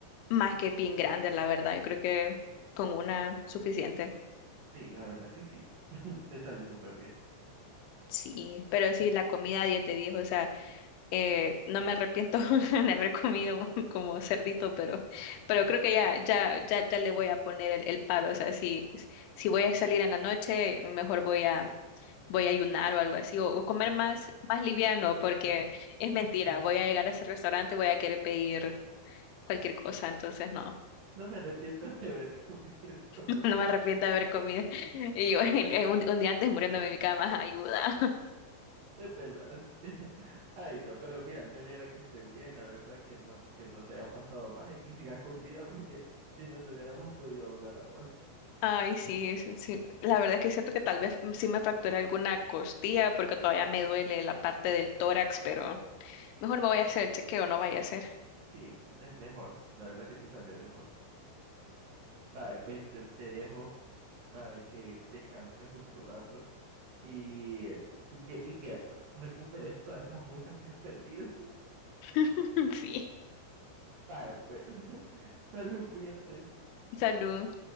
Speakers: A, on the left; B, on the right.
A: Más que bien grande, la verdad. Yo creo que con una suficiente.
B: Sí, la verdad que sí. <laughs> Te sale súper bien.
A: Sí, pero sí, la comida 10 de 10, o sea, eh, no me arrepiento <laughs> de haber comido <laughs> como cerdito, pero, pero creo que ya, ya, ya, ya le voy a poner el, el paro, o sea, si, si voy a salir en la noche, mejor voy a, voy a ayunar o algo así, o, o comer más, más liviano, porque es mentira, voy a llegar a ese restaurante, voy a querer pedir cualquier cosa, entonces no,
B: No me arrepiento de haber comido <laughs> como
A: <laughs> no
B: ser.
A: me arrepiento de haber comido, y yo <laughs> un, un día antes muriéndome en mi cama, <laughs> ayuda.
B: Te pelaste. <laughs> Ay, no, pero mira, me alegra que estés bien. La verdad que no, que no te haya pasado más y que sigas con vida porque <laughs> si no, no hubiéramos podido hablar ahora.
A: Ay, sí, sí, sí. La verdad es que siento que tal vez sí me fracturé alguna costilla porque todavía me duele la parte del tórax, pero mejor me voy a hacer el chequeo, no vaya a ser.
B: Sí, es mejor. La verdad que te sale mejor. Vaya, pues te, te dejo para que descanses un tu rato y, eh, y que, y que recuperes todas esas fuerzas que has perdido.
A: <laughs> Sí.
B: Vaya, pues. <laughs> Salud, cuídate.
A: Salud.